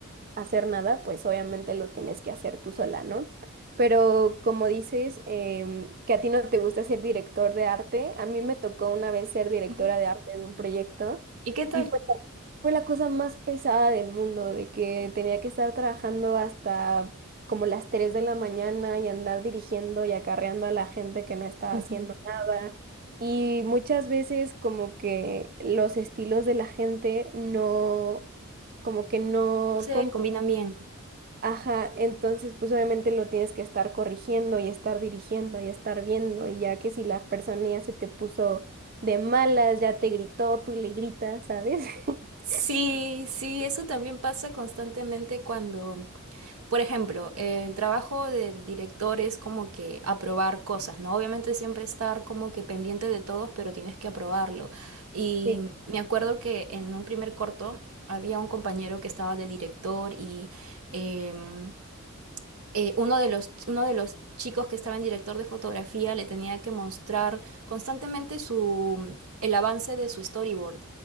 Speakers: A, on the right; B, on the right.
A: hacer nada, pues obviamente lo tienes que hacer tú sola, ¿no? Pero como dices, em, que a ti no te gusta ser director de arte, a mí me tocó una vez ser directora
B: Ujú.
A: de arte de un proyecto
B: ¿Y qué tal?
A: y fue, la- fue la cosa más pesada del mundo, de que tenía que estar trabajando hasta como las 3 de la mañana y andar dirigiendo y acarreando a la gente que no estaba
B: Ujú.
A: haciendo nada. Y muchas veces como que los estilos de la gente no como que no
B: Se combinan bien.
A: Ajá, entonces pues obviamente lo tienes que estar corrigiendo y estar dirigiendo y estar viendo y ya que si la persona ya se te puso de malas, ya te gritó, tú le gritas, ¿sabes? <laughs>
B: Sí, sí, eso también pasa constantemente cuando Por ejemplo, el trabajo del director es como que aprobar cosas, ¿no? Obviamente siempre estar como que pendiente de todos, pero tienes que aprobarlo. Y
A: Sí,
B: me acuerdo que en un primer corto había un compañero que estaba de director y em, eh, uno de los, uno de los chicos que estaba en director de fotografía le tenía que mostrar constantemente su, el avance de su storyboard,